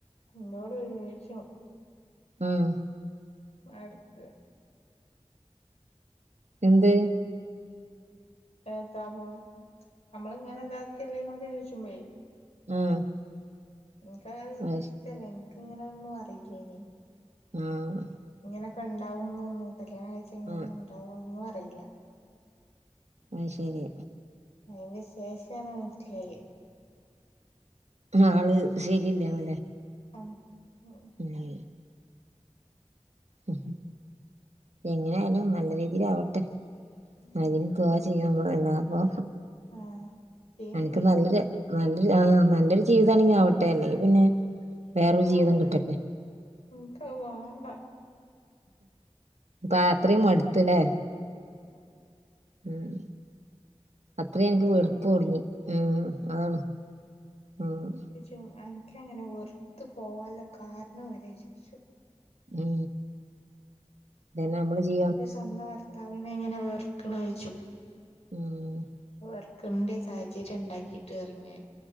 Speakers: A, on the left; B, on the right.
A: ഇന്നോട് ചോയ്ച്ചും
B: ആഹ്
A: എട്ക്ക്
B: എന്ത്
A: ഏത്താപ്പം അമ്മള്ങ്ങനെ താക്കല്ലേന്നൊക്കെ ചോയ്ച്ചുമ്പളേ
B: ആഹ്
A: ഇൻക്കങ്ങനൊന്ന്
B: അത് ശരി
A: ഇഷ്ടല്ലേനി ഇൻക്ക്ങ്ങനെ ഒന്നും അറീല്ലേനി
B: ആഹ്
A: ഇങ്ങനെക്കെ ണ്ടാവുന്നൊന്നും കല്യാണ കയ്ച്ചാ ഇങ്ങനെണ്ടാവും
B: ആഹ്
A: ഒന്നും അറീലാ
B: ആയ്ശെരി
A: അയ്ന് ശേഷാണ് മനസ്സ്ലായെ
B: ആള് ശെരില്ലാവുലെ
A: ആഹ് ഓഹ്
B: <unintelligible> ഉ എങ്ങനേയാലും നല്ല രീതീലാവട്ടെ
A: ഉം
B: അതിന് ദുആ ചെയ്യാം മ്മള് അല്ലാതെപ്പൊ
A: ആഹ് ചെയ്യണ്ടി
B: അൻക്ക് നല്ലൊര് നല്ലൊര് ആഹ് നല്ലൊര് ജീവിതാണെങ്കി ആവട്ടെ അല്ലെങ്കിൽ പിന്നെ വേറൊരു ജീവിതം
A: ആവൂ
B: കിട്ടട്ടെ
A: എനിക്കത് വാണ്ട
B: പ്പാ അത്രിം മട്ത്ത്ലെ
A: മം <unintelligible>
B: ഊം അത്രേയും
A: അത്രയും
B: അൻക്ക് വെർപ്പ് കുട്ങ്ങി ഉം അതാണ് ഉം
A: ട്ടും അൻക്കങ്ങനെ വെർത്ത് പോവാള്ള കാരണം വരെ ചോയ്ച്ചു
B: ഊം തെന്നെ അമ്മള് ജി
A: ഒര് സ്വന്തം ഭർത്താവിനെ എങ്ങെനെ വെർക്ക്ണേയ്ച്ചും
B: ഉം
A: വെർക്കണ്ട സാഹചര്യം ഉണ്ടാക്കിട്ട് ഇറങ്ങിയാൻ